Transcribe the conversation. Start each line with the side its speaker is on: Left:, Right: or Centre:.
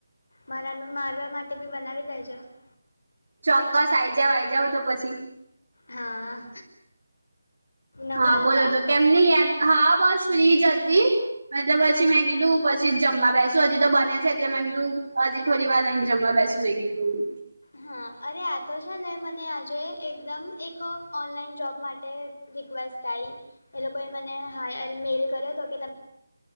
Left: મારા મે મારવા માટે બી બનાવી દેજો છે.
Right: ચોક્કસ આઈ જઓ આઈ જાઓ તો પછી.
Left: હા. નવરા
Right: હા, બોલો
Left: હતા
Right: હતો કેમની યાદ, હા બસ ફ્રી જ હતી એટલે પછી મેં કીધું પછી જ જમવા બેસુ, હજી તો બને છે એટલે મેં કીધું હજી... થોડી વાર રહીને જમવા બેસું મેં દીધું.
Left: હા, અરે આ તો છે ને મને આજે એકદમ એક ઓનલાઈન જોબ માટે. રિક્વેસ્ટ આઈ, એ લોકોએ મને હાઈલ મેલ કર્યો હતો કે તમે?